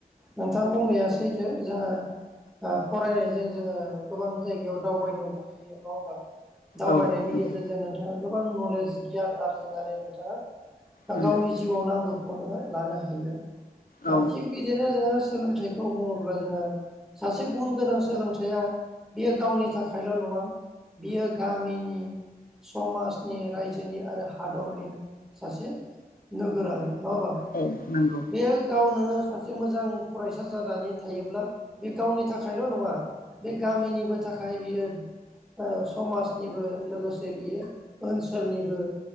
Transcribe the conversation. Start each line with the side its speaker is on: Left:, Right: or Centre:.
Centre: नोंथां बुंनाया सैथो जोङो फरायनायजों जोङो गोबां जायगायाव दावबायनो हायो नङा होमबा। दावबायनायनि
Left: औ नंगौ
Centre: गेजेरजों नोंथाङा गोबां नलेज गियान आरजिनानै नोंथाङा
Left: नंगौ
Centre: गावनि जिउआव नांगौखौ नोङो लानो हायो
Left: औ
Centre: दा थिग बिदिनो जोङो सोलोंथाइ खौ बुङोब्ला जोङो सासे गुन गोनां सोलोंथाइया बेयो गावनि थाखायल' नङा, बियो गामिनि समाजनि रायजोनि आरो हादरनि सासे नोगोरारि नबा
Left: औ नंगौ।
Centre: बेयो गावनो सासे मोजां फरायसा जानानै थायोब्ला बे गावनि थाखायल' नङा बे गामिनिबो थाखाय बियो समाजनिबो लोगोसे बियो ओनसोलनिबो